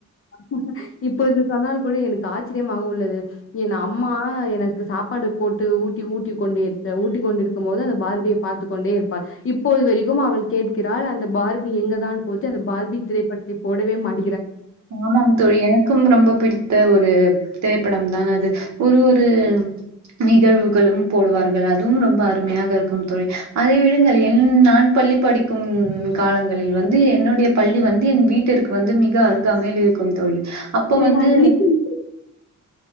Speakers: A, on the left (about 45°); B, on the right (about 60°).
A: <unintelligible> இப்போது சொன்னால் கூட எனக்கு ஆச்சரியமாக உள்ளது என் அம்மா எனக்கு சாப்பாடு போட்டு ஊட்டி ஊட்டி கொண்டே இரு ஊட்டிக்கொண்டிருக்கும் போது அந்த பார்பியை பார்த்து கொண்டே இருப்பாள் இப்போது வரைக்கும் அவள் கேட்கிராள் அந்த ப பார்பி எங்கதான் போச்சு அந்த பார்பி திரைப்படத்தை போடவே மாட்
B: ஆமாம் தோழி எனக்கும் ரொம்ப பிடித்த ஒரு திரை படம்தான் அது ஒரு ஒரு நிகழ்வுகளும் போடுவார்கள் அதுவும் ரொம்ப அருமையாக இருக்கும் தோழி அதை விடுங்கள் என் பள்ளி படிக்கும் காலங்களில் வந்து என்னுடைய பள்ளி வந்து என் வீட்டிற்கு வந்து மிக த அருகாமைல் இருக்கும் தோழி அப்போ
A: இதை
B: வந்தூ
A: நான் நினைக்கும் போது